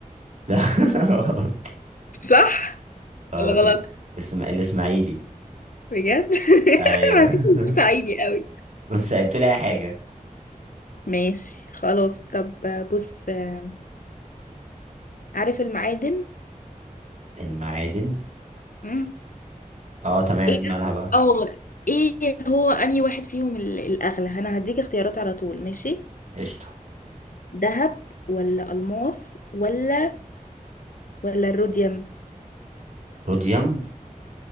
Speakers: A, on the right (about 55°); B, on the left (about 70°).
A: لا <laughs> غلط.
B: صح
A: غلط
B: ولا غلط
A: ال... اسم... الاسماعيلي
B: بجد
A: ايوه
B: <laughs> حسيت البورسعيدي قوي
A: <laughs> بس سايبت لي اي حاجه
B: ماشي خلاص طب بص آه، عارف المعادن
A: المعادن
B: مم.
A: اه تمام
B: ايه
A: مالها بقى
B: اه ايه هو انهي واحد فيهم ال- الاغلى انا هديك اختيارات على طول ماشي
A: قشطه
B: دهب ولا الماس ولا ولا الروديوم
A: روديوم